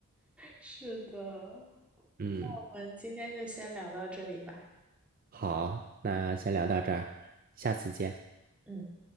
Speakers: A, in the centre; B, on the right.
A: 是的，
B: 嗯，
A: 我们今天就先聊到这里吧。
B: 好，那先聊到这儿，下次见。
A: 嗯。